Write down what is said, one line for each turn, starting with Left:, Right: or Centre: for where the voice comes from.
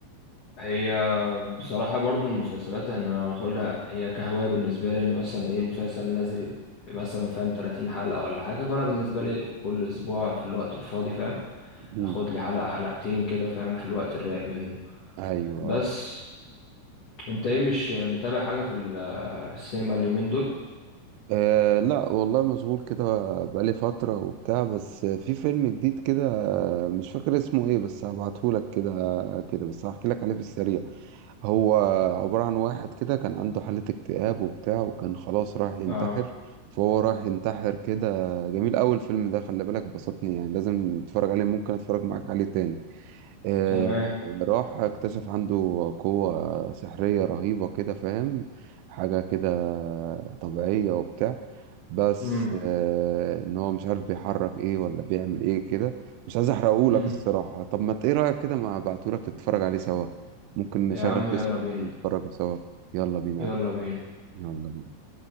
Left: هي بصراحة برضو المسلسلات احنا لو هناخدها هي كهواية بالنسبة لي ان مثلا ايه مسلسل نازل مثلا فاهم 30 حلقة ولا حاجة فانا بالنسبة لي كل اسبوع في الوقت الفاضي فاهم
Right: مم.
Left: اخد لي حلقة حلقتين كده فاهم في الوقت الرايق منه
Right: أيوه
Left: بس انت ايه مش متابع حاجة في ال- السينما اليومين دول
Right: أه لا والله مشغول كده بقالي فترة وبتاع بس في فيلم جديد كده مش فاكر اسمه ايه بس هبعتهولك كده كده بس هحكي لك عليه في السريع هو عبارة عن واحد كده كان عنده حالة اكتئاب وبتاع وكان خلاص راح ينتحر
Left: اه
Right: فهو راح ينتحر كده جميل أوي الفيلم ده خلي بالك بسطني يعني لازم تتفرج عليه ممكن اتفرج معاك عليه تاني أه
Left: تمام
Right: راح اكتشف عنده قوة سحرية رهيبة كده فاهم حاجة كده طبيعية وبتاع بس
Left: امم
Right: آه ان هو مش عارف بيحرك ايه ولا بيعمل ايه كده مش عايز احرقهولك
Left: امم
Right: الصراحة طب ما ت- ايه رأيك كده ما ابعتهولك تتفرج عليه سوا ممكن نشغل
Left: يا عم يلا
Right: ديسكورد
Left: بينا
Right: ونتفرج سوا يلا بينا
Left: يلا
Right: يا قلبي.
Left: بينا
Right: يلا بينا